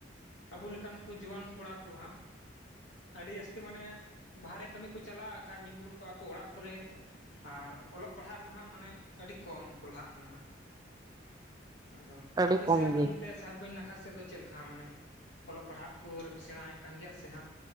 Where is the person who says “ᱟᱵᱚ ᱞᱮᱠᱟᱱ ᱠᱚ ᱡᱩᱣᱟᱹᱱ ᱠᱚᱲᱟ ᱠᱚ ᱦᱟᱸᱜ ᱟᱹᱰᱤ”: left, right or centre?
Left